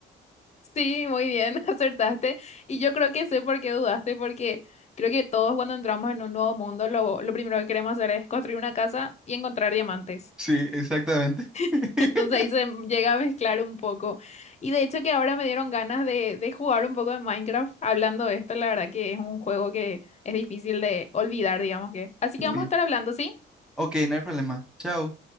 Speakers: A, on the left; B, in the centre.
A: Sí, muy bien, <laughs> acertaste. Y yo creo que sé por qué dudaste, porque creo que todos cuando entramos en un nuevo mundo, lo, lo primero que queremos hacer es construir una casa y encontrar diamantes.
B: Sí, exactamente. <laughs>
A: <laughs> Entonces ahí se llega a mezclar un poco. Y de hecho que ahora me dieron ganas de, de jugar un poco de Minecraft hablando de esto. La verdad que es un juego que es difícil de olvidar, digamos que. Así
B: Sí.
A: que vamos a estar hablando, ¿sí?
B: Ok, no hay problema. Chao.